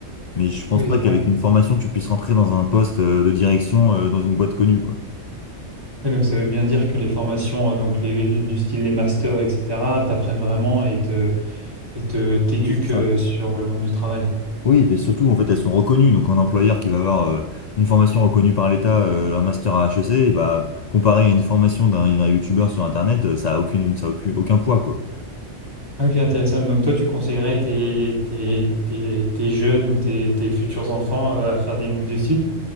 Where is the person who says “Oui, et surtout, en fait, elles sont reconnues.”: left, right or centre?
Left